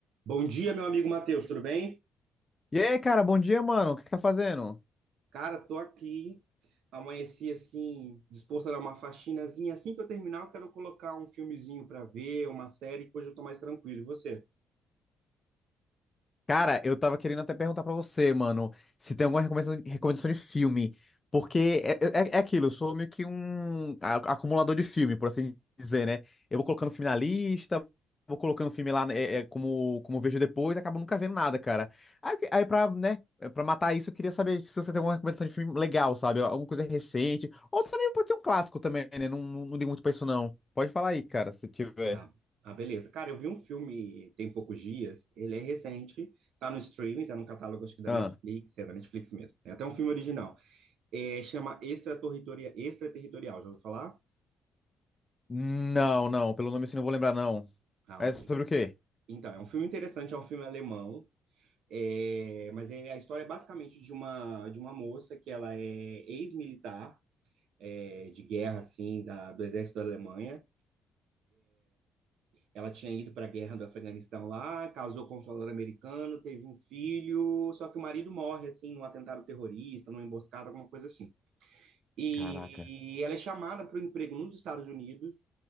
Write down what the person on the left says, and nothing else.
E aí, cara, bom dia, mano. O que que tá fazendo?
Cara, eu tava querendo até perguntar pra você, mano, se tem alguma recomendação, recomendação de filme. Porque é, é, é é aquilo, eu sou meio que um a- acumulador de filme, por assim dizer, né? Eu vou colocando filme na lista, vou colocando filme lá, né, é, é, como, como vejo depois, acabo nunca vendo nada, cara. Aí, aí pra, né, pra matar isso, eu queria saber se você tem alguma recomendação de filme legal, sabe? Alguma coisa recente. Ou também pode ser um clássico também, né? Não, não, não ligo muito pra isso, não. Pode falar aí, cara, se tiver.
Ah.
Não, não. Pelo nome assim não vou lembrar, não.
É
sobre o quê?
Caraca.